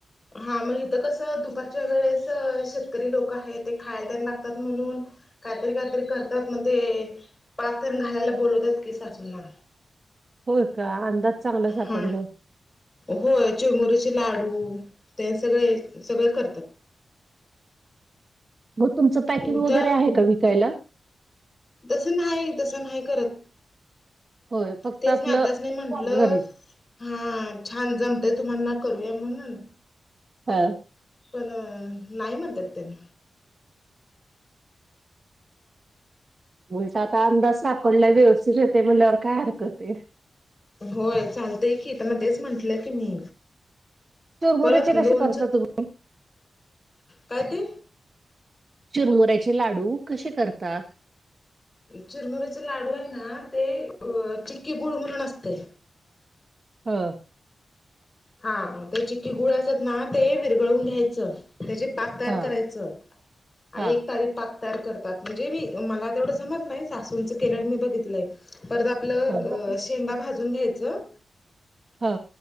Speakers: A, on the left; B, on the right.
A: हा मग इथ कस दुपारच्या वेळेस शेतकरी लोक आहे. ते खायला त्यांना म्हणून काहीतरी काहीतरी करतात मग ते पाक ते न घालायला बोलवतात की सासू ना
B: होय का अंदाज चांगला सापडलाय.
A: हा होय चिरमुऱ्याचे लाडू ते सगळे सगळे करतात.
B: मग तुमचं पॅकिंग
A: उद्या
B: वगैरे आहे का विकायला?
A: तसं नाही तसं नाही करत.
B: होय फक्त
A: तेच
B: आपलं
A: नाही आताच नाही म्हंटलं
B: घरीच.
A: हा छान जमतय तुम्हाना करूया म्हणून.
B: हा.
A: पण नाही म्हणतत त्यांनी.
B: बलता आता अंदाज सापडला व्यवस्थित येते म्हल्यावर काय हरकत ये.
A: होय चालतंय की तर मग तेच म्हंटलं की मी.
B: चुरमुऱ्याचे
A: परत
B: कसे
A: लोनच
B: करता तुम्ही?
A: काय ते?
B: चिरमुऱ्याचे लाडू कसे करतात
A: चिरमुरीचे लाडू आहे ना ते अ चिक्की गुळमरण असते
B: हा
A: हा ते चिक्की गुळ असत ना ते वििरगळून घ्यायचं त्याचे पाक तयार
B: हा
A: करायचं आणि
B: हा
A: एक तारी पाक र करतात म्हणजे मी मला तेवढ जमत नाही सासूच केलं मी बघितलंय पर आपलं
B: ह ह
A: शेंगा भाजून घ्यायचं
B: हो